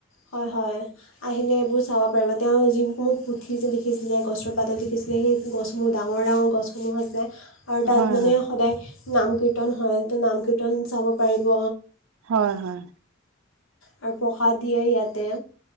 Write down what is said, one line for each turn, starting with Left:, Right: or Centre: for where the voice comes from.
Left: হয়, হয় আহিলে এইবোৰ চাব পাৰিব। তেওঁ যিসমূহ পুথি যে লিখিছিলে গছৰ পাতত লিখিছিলে সেই গছসমূহ ডাঙৰ ডাঙৰ গছসমূহ আছে। আৰু তাত
Right: হয়
Left: মানে সদায় নাম, কীৰ্তন হয় তো নাম কীৰ্তন চাব পাৰিব।
Right: হয় হয়
Left: আৰু প্ৰসাদ দিয়ে ইয়াতে।